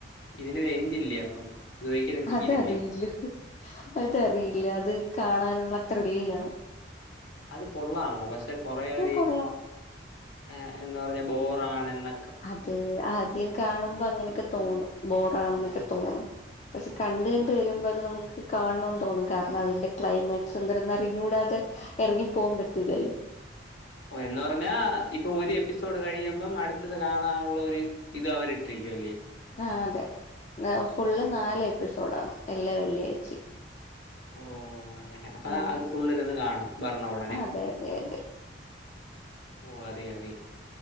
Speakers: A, on the left (about 70°); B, on the left (about 35°).
A: ഇതിനൊരു എൻഡില്ലേ അപ്പം ഇതൊരിക്കലും തീരില്ലേ?
B: അതറിയില്ല അതറിയില്ല അത് കാണാനുള്ള ത്രില്ലില്ലാണ്
A: അത് കൊള്ളാമോ പക്ഷെ കുറെ ഒരു
B: കൊള്ളാം
A: ഏഹ് എന്താ പറഞ്ഞ ബോറാണെന്ന
B: അത് ആദ്യം കാണുമ്പോ അങ്ങനെയൊക്കെ തോന്നും ബോറാണന്നൊക്കെ തോന്നും പക്ഷെ കണ്ടുകണ്ട് വരുമ്പോ അത് നമ്മുക്ക് കാണണന്ന് തോന്നും കാരണം അതിന്റെ ക്ലൈമാക്സ് എന്തരും അറിഞ്ഞുകൂടാതെ ഇറങ്ങി പോകാൻ പറ്റൂല്ലല്ലോ
A: ഓ എന്ന് പറഞ്ഞാ ഇപ്പൊ ഒരു എപ്പിസോഡ് കഴിയുമ്പം അടുത്തത് കാണാനുള്ള ഒരു ഇത് അവരിട്ടിരിക്കും അല്ലേ
B: ആഹ് അതെ ഫുള്ള് നാല്
A: ഓഹ്
B: എപ്പിസോഡാണ് എല്ലാം വെള്ളിയാഴ്ചയും
A: ഓ അങ്ങനെ അപ്പ
B: ആഹ്
A: അത് ഫുള്ളിരുന്ന് കാണും <unintelligible> ഉടനെ
B: അതെ അതെ അതെ
A: ഓ അതെ അതെ